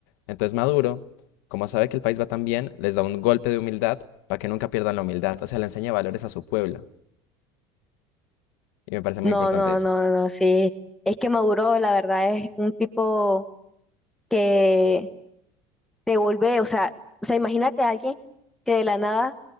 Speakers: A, on the left; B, in the centre.
A: Entonces Maduro, como sabe que el país va tan bien, les da un golpe de humildad para que nunca pierdan la humildad, o sea, le enseña valores a su pueblo. Y me parece muy
B: No,
A: importante
B: no,
A: eso.
B: no, no, sí. Es que Maduro, la verdad, es un tipo que te vuelve, o sea, o sea, imagínate a alguien que de la nada